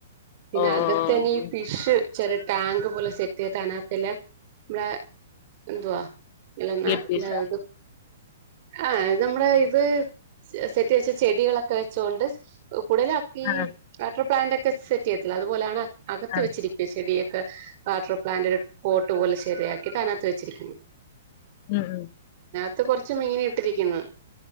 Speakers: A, on the right; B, on the left.
A: പിന്നെ
B: ഓ
A: അകത്തെനീ
B: ഓ ഓ
A: ഫിഷ് ചെറിയ ടാങ്ക് പോലെ സെ കുട്ടികൾ അനാസ്ത്തല്ല നമ്മടെ എന്തുവാ ഇല്ല നാട്ടിലേതു
B: ഗപ്പീസോ
A: ആഹ് നമ്മ്ടെ ഇത് സെറ്റ് വെച്ച ചെടികളൊക്കെ വെച്ചോണ്ട് ഉടലക്കീ
B: ആഹ്
A: അ ട്രി പ്ലാന്റൊക്കെ സെറ്റ് ചെയ്യല്ല അതുപോലെയാണ് അകത്ത്
B: ആഹ്
A: വെിരിക്കയ ചെടിയെ ആ പ്ലാന്റ് ഒരു ഫ പോട്ട് പോലെ ശരിയാക്കിട്ട് അതിനകത്ത് വെച്ചിരിക്കുന്നു
B: ഉം ഉ
A: അത്ത് കുറച്ച് മീൻ ഇട്ടിരിക്കുന്നു